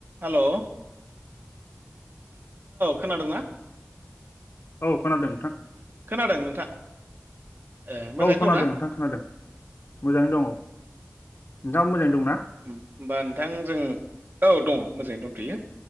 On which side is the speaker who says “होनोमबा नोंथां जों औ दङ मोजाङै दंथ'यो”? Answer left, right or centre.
Right